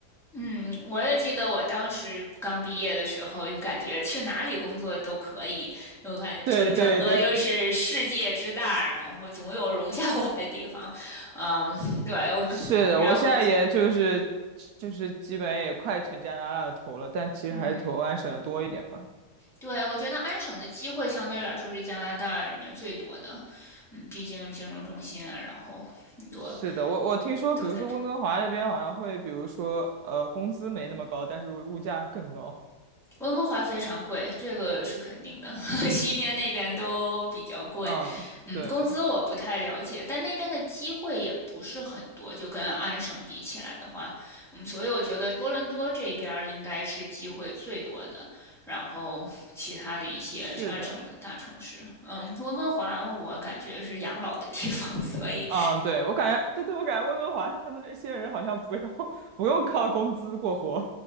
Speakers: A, in the centre; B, on the right.
A: 嗯，我也记得我当时刚毕业的时候，就感觉去哪里工作都可以，我感觉就整个就是世界之大，
B: 对对对，
A: 然后总有容下我的地方。嗯，对，
B: <laughs>
A: 我跟，
B: 是的，
A: 然后，
B: 我现在也就是就是基本也快全加拿大的投了，但其实还是投安省的多一点吧。
A: 嗯，对，我觉得安省的机会相对来说是加拿大里面最多的，嗯，毕竟金融中心啊，然后很多
B: 是的，我我听说，
A: 都在这儿。
B: 比如说温哥华那边好像会，比如说呃，工资没那么高，但是物价更高。
A: 温哥华非常贵，这个是肯定的。<laughs> 西边那边都比较贵，
B: 嗯，
A: 嗯，
B: 对，
A: 工资我不太了解，但那边的机会也不是很多，就跟安省比起来的话，嗯，所以我觉得多伦多这边应该是机会最多的，然后其他的一些是安省的大城市，
B: 是的，
A: 嗯，温哥华我感觉是养老的地方，所以
B: 嗯，对，我感觉，对对，我感觉温哥华他们那些人好像不用 <laughs> 不用靠工资过活。